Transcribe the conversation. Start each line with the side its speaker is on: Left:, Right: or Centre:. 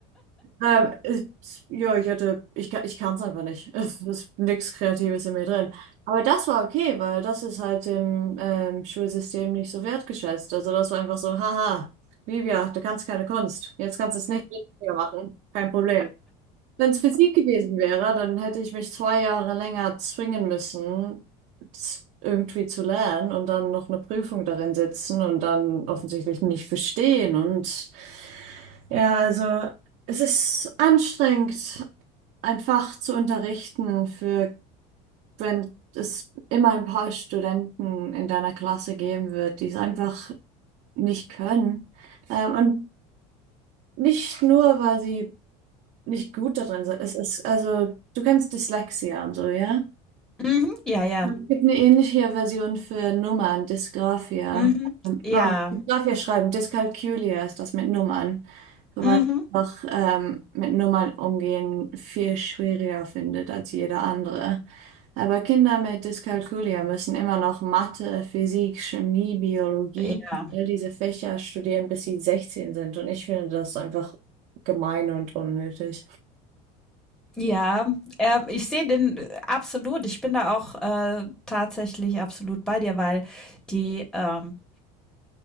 Right: Ähm, es- ja, ich hatte, ich, ka- ich kann es einfach nicht. <laughs> Es ist nichts Kreatives in mir drin. Aber das war okay, weil das ist halt im ähm, Schulsystem nicht so wertgeschätzt. Also das war einfach so, haha, Livia, du kannst keine Kunst. Jetzt kannst du es nicht mehr machen. Kein Problem. Wenn es Physik gewesen wäre, dann hätte ich mich zwei Jahre länger zwingen müssen, z- irgendwie zu lernen und dann noch eine Prüfung darin sitzen und dann offensichtlich nicht bestehen und ja, also es ist anstrengend, ein Fach zu unterrichten für, wenn es immer ein paar Studenten in deiner Klasse geben wird, die es einfach nicht können. Ähm, und nicht nur, weil sie nicht gut darin sind. Es ist, also du kennst Dyslexia und so, ja?
Centre: Mhm. Ja, ja.
Right: Ja, Es gibt eine ähnliche Version für Nummern, Dysgraphia.
Centre: Mhm.
Right: Ähm,
Centre: Ja.
Right: Oh, Dysgraphia schreiben, Dyskalkulia ist das mit Nummern. Wo man
Centre: Mhm.
Right: einfach ähm, mit Nummern umgehen viel schwieriger findet als jeder andere. Aber Kinder mit Dyskalkulia müssen immer noch Mathe, Physik, Chemie, Biologie,
Centre: Ja,
Right: all diese Fächer studieren, bis sie 16 sind. Und ich finde das einfach gemein und unnötig.
Centre: ja, äh, ich sehe den äh, absolut. Ich bin da auch äh, tatsächlich absolut bei dir, weil die, ähm,